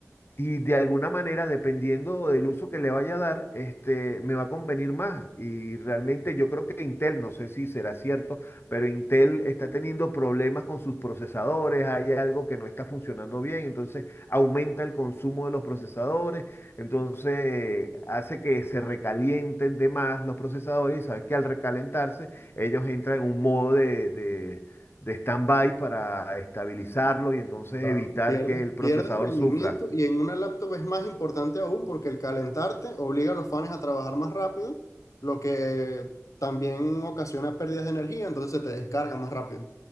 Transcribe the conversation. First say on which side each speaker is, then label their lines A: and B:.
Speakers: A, on the left; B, on the left.
A: y de alguna manera, dependiendo del uso que le vaya a dar, este, me va a convenir más. Y realmente yo creo que Intel, no sé si será cierto, pero Intel está teniendo problemas con sus procesadores, hay algo que no está funcionando bien, entonces aumenta el consumo de los procesadores, entonces hace que se recalienten de más los procesadores y sabes que al recalentarse ellos entran en un modo de, de, de stand-by para estabilizarlo y entonces
B: Claro.
A: evitar
B: Pierdes,
A: que el procesador
B: pierdes rendimiento
A: sufra.
B: y en una laptop es más importante aún porque el calentarte obliga a los fans a trabajar más rápido, lo que también ocasiona pérdidas de energía, entonces se te descarga más rápido.